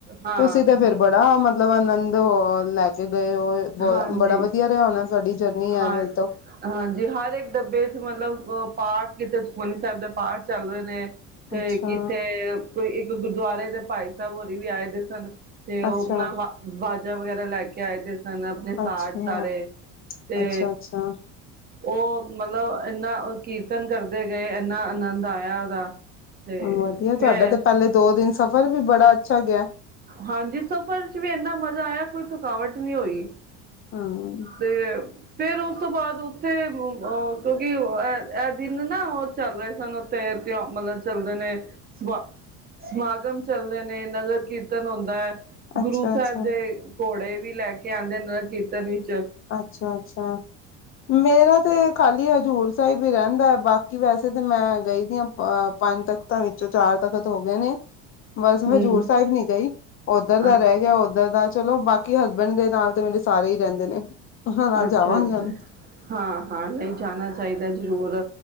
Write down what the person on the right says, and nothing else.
ਹਾਂ
ਹਾਂਜੀ
ਹਾਂ
ਹਾਂਜੀ ਹਰ ਇੱਕ ਡੱਬੇ ਚ ਮਤਲਬ ਪਾਠ, ਕਿਤੇ ਸੁਖਮਨੀ ਸਾਹਿਬ ਦੇ ਪਾਠ ਚੱਲ ਰਹੇ ਨੇ। ਤੇ
ਕਿੱਥੇ ਕੋਈ ਇੱਕ ਗੁਰਦੁਆਰੇ ਦੇ ਭਾਈ ਸਾਹਿਬ ਹੋਰੀ ਵੀ ਆਏ ਦੇ ਸਨ ਤੇ ਉਹ
ਆਪਣਾ ਵਾ ਵਾਜਾ ਵਗੈਰਾ ਲੈ ਕੇ ਆਏ ਦੇ ਸਨ ਅਪਨੇ ਸਾਜ
ਸਾਰੇ ਤੇ
ਉਹ ਮਤਲਬ ਏਨਾ ਕੀਰਤਨ ਕਰਦੇ ਗਏ, ਏਨਾ ਆਨੰਦ ਆਇਆ ਉਹਦਾ। ਤੇ
ਫੇਰ
ਹਾਂਜੀ, ਸਫ਼ਰ ਚ ਵੀ ਏਨਾ ਮਜ਼ਾ ਆਇਆ ਕੋਈ ਥਕਾਵਟ ਨਹੀਂ ਹੋਈ।
ਤੇ ਫੇਰ ਉਸ ਤੋਂ ਬਾਅਦ ਉੱਥੇ ਅ ਕਿਉਂਕਿ ਐ, ਐ ਦਿਨ ਨਾ ਉਹ ਚੱਲ ਰਹੇ ਸਨ ਉੱਥੇ <unintelligible> ਮਤਲਬ ਚੱਲਦੇ ਨੇ ਸਮਾ ਸਮਾਗਮ ਚੱਲਦੇ ਨੇ, ਨਗਰ ਕੀਰਤ ਕੀਰਤਨ ਹੁੰਂਦਾ ਐ ਗੁਰੂ
ਸਾਹਿਬ
ਦੇ ਘੋੜੇ ਵੀ ਲੈ ਕੇ ਆਂਦੇ ਨਗਰ ਕੀਰਤਨ ਚ।
ਹਮ
ਅੱਛਾ
ਅੱਛਾ-ਅੱਛਾ,
ਹਾਂ-ਹਾਂ ਨਹੀਂ ਜਾਣਾ ਚਾਹੀਦਾ ਜੀ। ਜ਼ਰੂਰ